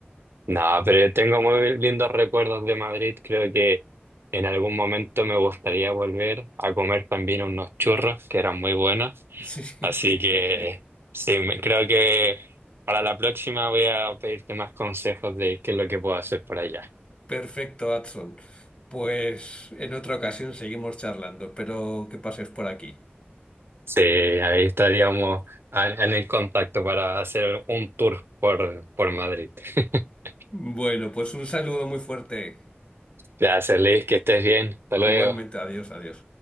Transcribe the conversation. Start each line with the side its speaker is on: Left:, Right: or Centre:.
Right: No, pero tengo muy lindos recuerdos de Madrid. Creo que en algún momento me gustaría volver a comer también unos churros que eran muy buenos.
Left: Sí. <laughs>
Right: Así que sí, me- creo que para la próxima voy a pedirte más consejos de qué es lo que puedo hacer por allá.
Left: Perfecto, Adson. Pues en otra ocasión seguimos charlando, espero que pases por aquí.
Right: Sí, ahí estaríamos a- en el contacto para hacer un tour por, por Madrid. <laughs>
Left: Bueno, pues un saludo muy fuerte.
Right: Gracias, Luis, que estés bien. Hasta luego.
Left: Igualmente, adiós, adiós.